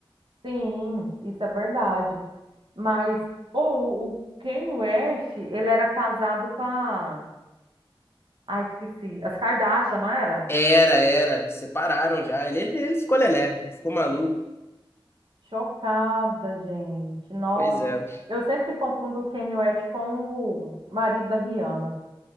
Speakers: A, on the right; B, on the left.
A: sim, isso é verdade. Mas, ou o Kanye West, ele era casado com a... Ai, esqueci. As Kardashian, não era?
B: Era, era. Separaram já. Ele, ele, ele ficou lelé, ficou maluco.
A: Chocada, gente. Nossa,
B: Pois é.
A: eu sempre confundo o Kanye West com o marido da Rihanna.